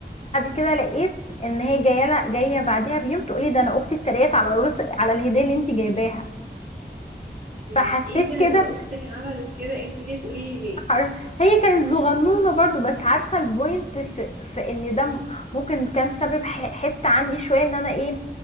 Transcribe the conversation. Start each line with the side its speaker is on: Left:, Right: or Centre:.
Left: كده لقيت ان هي جايه لها- جايه بعدها بيوم تقولي ده انا اختي اتريقت على الرز على الهديه اللي انت جايباها
Right: يعني
Left: فحسيت
Right: ايفن ان
Left: كده
Right: اختك عملت كده انت كده تقولي لي ليه
Left: حر... هي كانت صغنونة برضو بس عارفة البوينت في, في ان ده م- ممكن كان سبب ح... حتة عندي شوية ان انا ايه